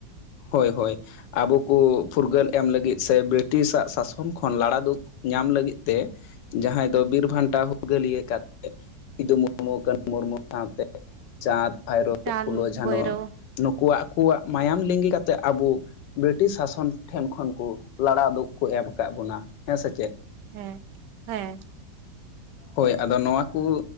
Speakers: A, on the left (about 80°); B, on the right (about 75°).
A: ᱦᱳᱭ ᱦᱳᱭ ᱟᱵᱚ ᱠᱚ ᱯᱷᱩᱨᱜᱟᱹᱞ ᱮᱢ ᱞᱟᱹᱜᱤᱫ ᱥᱮ ᱵᱨᱤᱴᱤᱥᱟᱜ ᱥᱟᱥᱚᱱ ᱠᱷᱚᱱ ᱞᱟᱲᱟ ᱫᱩᱠᱷᱼᱼ ᱧᱟᱢ ᱞᱟᱹᱜᱤᱫ ᱛᱮ ᱡᱟᱦᱟᱸᱭ ᱫᱚ ᱵᱤᱨᱵᱷᱟᱱᱴᱟ ᱦᱩᱨᱜᱟᱹᱞᱤᱭᱟᱹ ᱠᱟᱛᱮ ᱥᱤᱫᱩ ᱢᱩᱨᱢᱩ ᱠᱟᱱᱩ ᱢᱩᱨᱢᱩ ᱥᱟᱶᱛᱮ ᱪᱟᱸᱫᱽ ᱵᱷᱟᱭᱨᱳ
B: ᱪᱟᱸᱫ
A: ᱯᱷᱩᱞᱳ ᱡᱷᱟᱱᱚ
B: ᱵᱷᱳᱭᱨᱳ
A: ᱱᱩᱠᱩᱣᱟᱜ ᱟᱠᱚᱣᱟᱜ ᱢᱟᱭᱟᱢ ᱞᱤᱸᱜᱤ ᱠᱟᱛᱮᱼᱼ ᱼᱼᱛᱮ ᱟᱵᱚ ᱵᱨᱤᱴᱤᱥ ᱥᱟᱥᱚᱱ ᱴᱷᱮᱱ ᱠᱷᱚᱱ ᱠᱚ ᱞᱟᱲᱟᱣ ᱫᱩᱜ ᱠᱚ ᱮᱢ ᱟᱠᱟᱫ ᱵᱚᱱᱟ ᱦᱮᱸ ᱥᱮ ᱪᱮᱫ
B: ᱦᱮᱸ ᱦᱮᱸ
A: ᱦᱳᱭ ᱟᱫᱚ ᱱᱚᱣᱟ ᱠᱚ